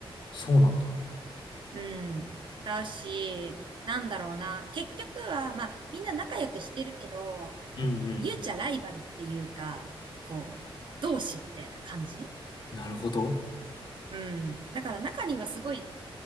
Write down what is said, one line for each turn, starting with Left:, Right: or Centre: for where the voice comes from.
Left: そうなんだ。
Right: うん。だし、なんだろうな。結局は、まあ、みんな仲良くしてるけど、
Left: うんうん。
Right: ゆうちゃライバルっていうか、こう、同志みたいな感じ
Left: なるほど。
Right: うん。だから中にはすごい